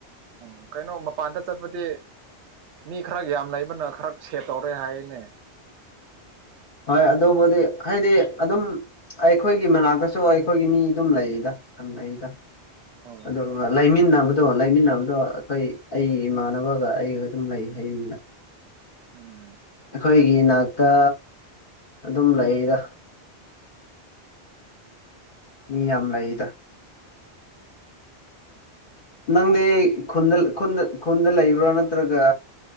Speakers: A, on the right; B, on the left.
A: ꯑꯣ ꯀꯩꯅꯣ ꯃꯄꯥꯟꯗ ꯆꯠꯄꯗꯤ ꯃꯤ ꯈꯔ ꯌꯥꯝ ꯂꯩꯕꯅ ꯈꯔ ꯁꯦꯞ ꯇꯧꯔꯦ ꯍꯥꯏꯅꯦ
B: ꯍꯣꯏ ꯑꯗꯨꯕꯨꯗꯤ ꯍꯥꯏꯗꯤ ꯑꯗꯨꯝ ꯑꯩꯈꯣꯏꯒꯤ ꯃꯅꯥꯛꯇꯁꯨ ꯑꯩꯈꯣꯏꯒꯤ ꯃꯤ ꯑꯗꯨꯝ ꯂꯩꯌꯦꯗ ꯌꯥꯝ ꯂꯩꯗ
A: ꯑꯣ
B: ꯑꯗꯨꯒ ꯂꯩꯃꯤꯟ ꯂꯩꯃꯤꯟꯅꯕꯗꯣ ꯂꯩꯃꯤꯟꯅꯕꯗꯣ ꯑꯩꯈꯣꯏ ꯑꯩꯒꯤ ꯏꯃꯥꯟꯅꯕꯒ ꯑꯩꯒ ꯑꯗꯨꯝ ꯂꯩ ꯍꯥꯏꯕꯅꯤꯅ
A: ꯎꯝ
B: ꯑꯩꯈꯣꯏꯒꯤ ꯅꯥꯛꯇ ꯑꯗꯨꯝ ꯂꯩꯗ ꯃꯤ ꯌꯥꯝ ꯂꯩꯗ ꯅꯪꯗꯤ ꯈꯨꯟꯗ ꯈꯨꯟꯗ ꯈꯨꯟꯗ ꯂꯩꯕ꯭ꯔꯥ ꯅꯠꯇ꯭ꯔꯒ